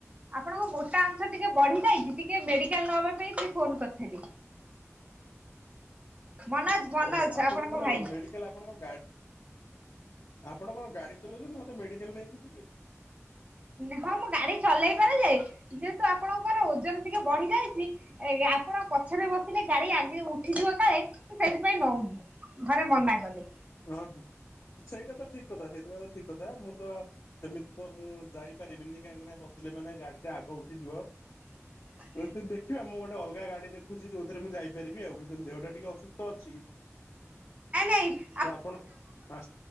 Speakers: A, on the right; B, on the left.
A: ଆପଣଙ୍କ ମୋଟା ଆଂଶ ଟିକେ ବଢି ଯାଇଛି ଟିକେ ମେଡିକାଲ ନହବା ପାଇଁ ସେ ଫୋନ କରିଥିଲି। ମନୋଜ ମନୋଜ
B: ଓହୋ ଆପଣ
A: ଆପଣଙ୍କ
B: କଣ
A: ଭାଇ।
B: ମେଡି ଆପଣଙ୍କ ଗ ଆପଣ କଣ ଗାଡି ଚଲଉଛନ୍ତି ମତେ ମେଡିକାଲ ନେଇକି ଯିବେ?
A: ହଁ ମୁଁ ଗାଡି ଚଲେଇ ପାରେ ଯେ ଯେହେତୁ ଆପଣଙ୍କର ଓଜନ ଟିକେ ବଢି ଯାଇଛି। ଏ ଆପଣ ପଛରେ ବସିଲେ ଗାଡି ଆଜି ଉଠିଯିବ କାଳେ ସେଥିପାଇଁ ନ ଘରେ ମନା କଲେ।
B: ହଁ ହୋ ସେଇଟା ତ ଠିକ କଥା ସେଇଟା ତ ଠିକ କଥା ମୁଁ ତ ସେମିତି ତ ମୁଁ ଯାଇପାରିବିନି କାହିଁକି ନାନା ବସିଲେ ମାନେ ଗାଡି ଟା ଆଗ ଉଠିଯିବ।
A: <inaudible>
B: ଦେଖିବା ମୁଁ ଗୋଟେ ଅଲଗା ଗାଡି ଦେଖୁଛି ଯୋଉରେ ମୁଁ ଯାଇପାରିବି ଆଉ ଦେହ ଟା ଟିକେ ଅସୁସ୍ଥ ଅଛି।
A: <inaudible>
B: ହଉ ଆପଣ ହ